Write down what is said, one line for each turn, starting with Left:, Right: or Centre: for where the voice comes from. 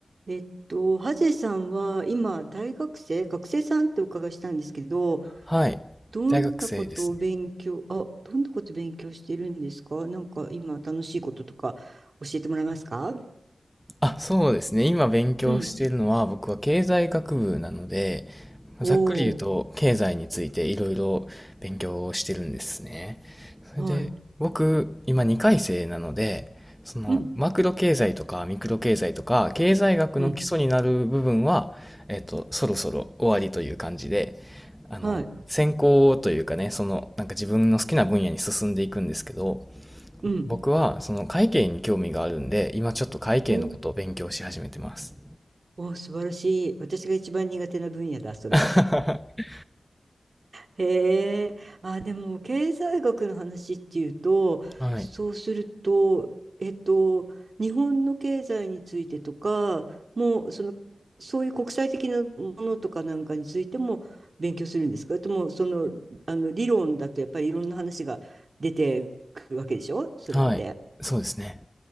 Right: えっと、ハゼさんは今、大学生、学生さんってお伺いしたんですけど、
Centre: はい。
Right: どんなことを勉強、
Centre: 大学生ですね。
Right: あ、どんなこと勉強してるんですかなんか今、楽しいこととか教えてもらえますか
Centre: あ、そうですね。今勉強しているのは、
Right: うん。
Centre: 僕は経済学部なので、ざっくり言うと、
Right: おー、
Centre: 経済についていろいろ勉強をしてるんですね。それで、
Right: はい。
Centre: 僕、今2回生なので、その、
Right: うん、
Centre: マクロ経済とかミクロ経済とか、経済学の基礎になる部分は、
Right: うん、
Centre: えっと、そろそろ終わりという感じで、あの、
Right: はい。
Centre: 専攻というかね、その、なんか自分の好きな分野に進んでいくんですけど、
Right: うん。
Centre: 僕はその会計に興味があるんで、今ちょっと会計のことを勉強し始めてます。
Right: おー、おー、素晴らしい。私が一番苦手な分野だ、それ。
Centre: <laughs>
Right: へえ、あ、でも経済学の話っていうと、
Centre: はい。
Right: そうすると、えっと、日本の経済についてとか、もうその、そういう国際的なものとかなんかについても勉強するんですかそれとも、その、あの理論だとやっぱりいろんな話が出てくるわけでしょそれって。
Centre: はい。そうですね。